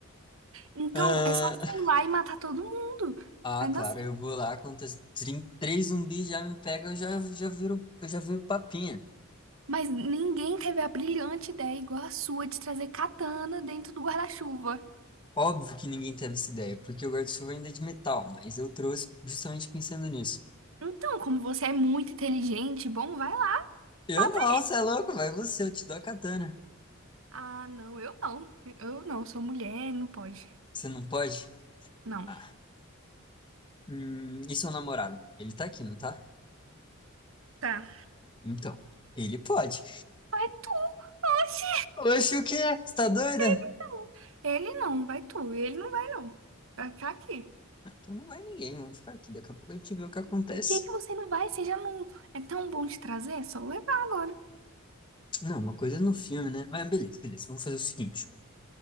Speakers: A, on the right; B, on the left.
A: Então
B: Ah,
A: é só você ir lá e matar todo mundo.
B: Ah,
A: Vai
B: claro,
A: dar
B: eu vou lá, quando os trin- três zumbis já me pegam, eu já, já viro, eu já viro papinha.
A: Mas ninguém teve a brilhante ideia igual a sua de trazer katana dentro do guarda-chuva.
B: Óbvio que ninguém teve essa ideia, porque o guarda-chuva ainda é de metal, mas eu trouxe justamente pensando nisso.
A: Então, como você é muito inteligente, bom, vai lá,
B: Eu
A: bata
B: não,
A: aí.
B: você é louco, vai você, eu te dou a katana.
A: Ah, não, eu não. Eu não, sou mulher, não pode.
B: Você não pode?
A: Não.
B: Ah, hum, e seu namorado? Ele tá aqui, não tá?
A: Tá.
B: Então, ele pode.
A: Vai tu. Oxi,
B: Oxe, o quê? Você tá doida?
A: ele não. Ele não, vai tu. Ele não vai, não. Vai ficar aqui.
B: Então não vai ninguém, vamos ficar aqui, daqui a pouco a gente vê o que acontece.
A: Por que que você não vai? Você já não é tão bom de trazer? É só levar agora.
B: Não, uma coisa é no filme, né? Mas beleza, beleza, vamos fazer o seguinte.